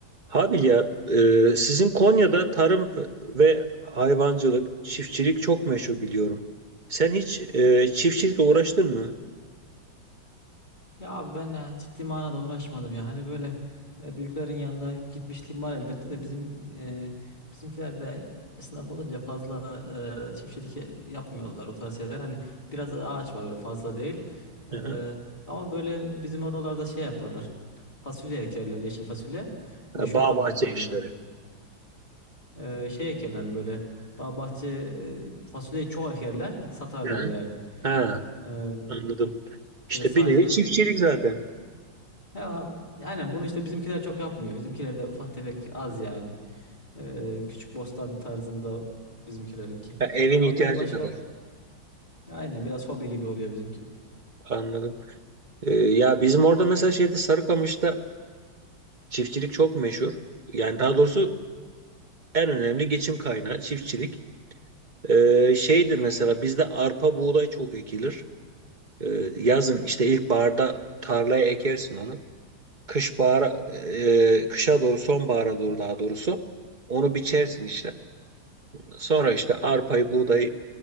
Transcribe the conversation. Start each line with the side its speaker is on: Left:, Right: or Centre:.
Right: Habil ya, e, sizin Konya'da tarım ve hayvancılık, çiftçilik çok meşhur biliyorum. Sen hiç e, çiftçilikle uğraştın mı?
Left: Ya abi ben e, ciddi manada uğraşmadım ya. Hani böyle e, büyüklerin yanında gitmişliğim var elbette de bizim e, bizimkiler de esnaf olunca fazla e, çiftçilik yapmıyorlar o tarz şeyler. Hani biraz ağaç var öyle fazla değil. E,
Right: Hı-hı.
Left: ama böyle bizim oralarda şey yaparlar. Fasulye ekerler, yeşil fasulye. Meşhurdur
Right: Ha, Bağ bahçe
Left: da Konya'da.
Right: işleri.
Left: E, şey ekerler hani böyle bağ- bahçe e, fasulyeyi çok ekerler, satarlar
Right: Hı-hı.
Left: yani.
Right: Ha,
Left: E,
Right: anladım. İşte
Left: böyle sadece
Right: bir nevi çiftçilik zaten.
Left: Ya, yani bunu işte bizimkiler çok yapmıyor. Bizimkiler de ufak tefek az yani. Ee, küçük bostan tarzında bizimkilerinki.
Right: Ha, evin
Left: Ama
Right: ihtiyacı
Left: böyle başka
Right: kadar.
Left: aynen biraz hobi gibi oluyor bizimki.
Right: Anladım. E, ya bizim orada mesela şeyde Sarıkamış'ta çiftçilik çok meşhur. Yani daha doğrusu en önemli geçim kaynağı çiftçilik. E, şeydir mesela bizde arpa buğday çok ekilir. Ee, yazın işte ilkbaharda tarlaya ekersin onu. Kış bahara, e, kışa doğru sonbahara doğru daha doğrusu onu biçersin işte. Sonra işte arpayı, buğdayı